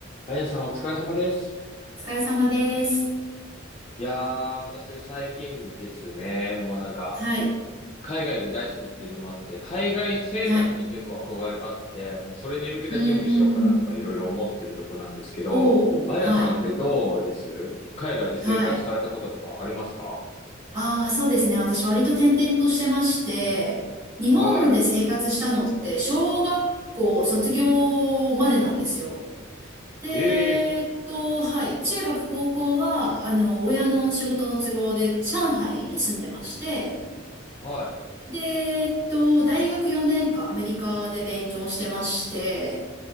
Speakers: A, on the left (about 30°); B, on the right (about 30°).
A: あやさんお疲れ様です。
B: お疲れ様です。
A: いやー、私最近ですね、もうなんか、
B: はい。
A: 海外が大好きっていうのもあって、海外生活に結構憧れがあって、
B: はい。
A: もうそれに向けた準備しようかなとかいろいろ思ってるとこなんですけど、
B: うーん。おー。
A: あやさんってどうです海外で生活されたこととかありますか
B: はい。はい。ああ、そうですね。私割と転々としてまして、日本で生活したのって小学校卒業までなんですよ。
A: は
B: で、えっと、
A: い。え
B: はい。中学、高校は、あの、親の仕事の都合で上海に住んでまして、
A: ー、はい、
B: で、えっと、大学4年間アメリカで勉強してまして、